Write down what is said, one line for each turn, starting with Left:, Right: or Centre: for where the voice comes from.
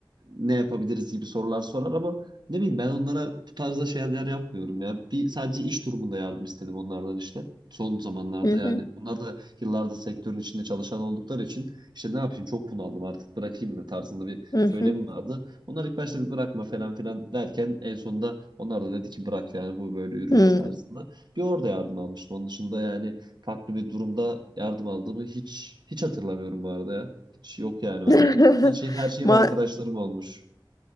Right: ne yapabiliriz gibi sorular sorar ama ne bileyim ben onlara bu tarzda şeyler yapmıyorum ya. Bir sadece iş durumunda yardım istedim onlardan işte. Son zamanlarda
Left: hı hı
Right: yani onlar da yıllarda sektörün içinde çalışan oldukları için işte ne yapayım çok bunaldım artık bırakayım mı tarzında bir
Left: hı
Right: söylemi
Left: hı.
Right: vardı. Onlar ilk başta bir bırakma falan filan derken en sonunda onlar da dedi ki bırak yani bu böyle yürümez
Left: Hmm.
Right: tarzında. Bir orada yardım almıştım. Onun dışında yani farklı bir durumda yardım aldığımı hiç hiç hatırlamıyorum bu arada ya. Hiç yok yani bende.
Left: <laughs>
Right: Her şey her şeyim
Left: Ma-
Right: arkadaşlarım olmuş.